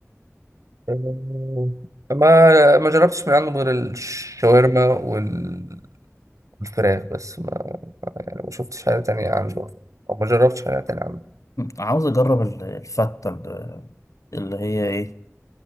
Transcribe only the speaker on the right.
أمم، ما ما جربتش من عنده غير الشاورما وال- والفراخ بس ما ما- يعني ما شفتش حاجة تانية عنده أو ما جربتش حاجة تانية عنده